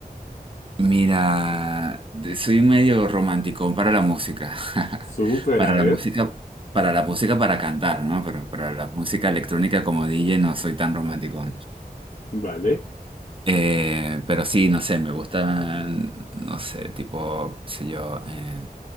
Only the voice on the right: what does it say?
Mira, de- soy medio romántico para la música. <laughs>
Para
la música, para la música para cantar, ¿no? Pero para la música electrónica como DJ no soy tan romántico.
Eh, pero sí, no sé, me gustan, no sé, tipo, qué sé yo, eh,